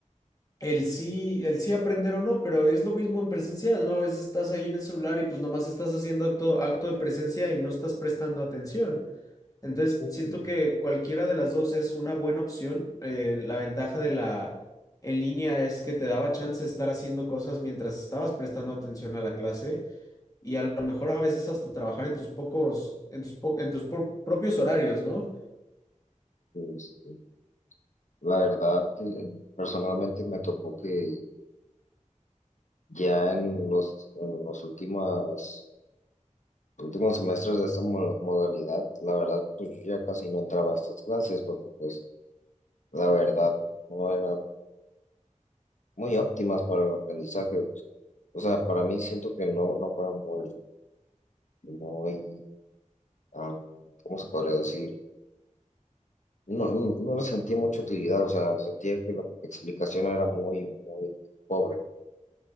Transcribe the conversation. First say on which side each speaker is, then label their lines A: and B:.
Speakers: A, on the left (about 25°); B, on the left (about 65°).
A: el sí, el sí aprender o no, pero es lo mismo en presencial, ¿no? A veces estás ahí en el celular y pues nomás estás haciendo acto, acto de presencia y no estás prestando atención. Entonces,
B: Sí,
A: siento que cualquiera de las dos es una buena opción. Eh, la ventaja de la en línea es que te daba chance de estar haciendo cosas mientras estabas prestando atención a la clase y a lo mejor a veces hasta trabajar en tus pocos, en tus po- en tus pro- propios horarios, ¿no?
B: este, la verdad, eh, personalmente me tocó que ya en los, en los últimas- últimos semestres de esta mo- modalidad, la verdad, pues yo ya casi no entraba a estas clases porque pues la verdad no eran muy óptimas para el aprendizaje. O sea, para mí siento que no, no fueron muy, muy, am, ¿cómo se podría decir? No, no, no le sentía mucha utilidad, o sea, sentía que la explicación era muy, muy pobre.